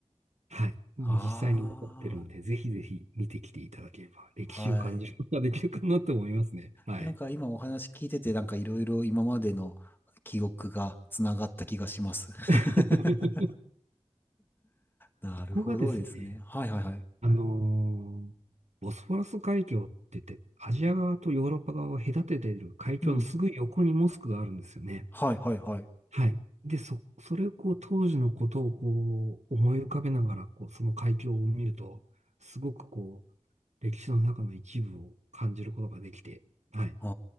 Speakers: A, on the right (about 80°); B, on the left (about 20°).
A: はい。もう実際に残ってるんで、
B: あ
A: ぜひぜひ見てきていただければ、歴史を感じることができるかなと思いますね。
B: あ、はい。
A: はい。
B: なんか今お話聞いてて、なんかいろいろ今までの記憶がつながった気がします。<laughs>
A: <laughs>
B: なるほどですね。
A: ここがですね、
B: はいはいはい。
A: あのーボスフォラス海峡って言って、アジア側とヨーロッパ側を隔てている海峡のすぐ横にモスクがあるんですよね。
B: うん。はいはいはい。
A: はい。で、そ、それをこう、当時のことをこう、思い浮かべながら、こう、その海峡を見ると、すごくこう、歴史の中の一部を感じることができて、はい。
B: あ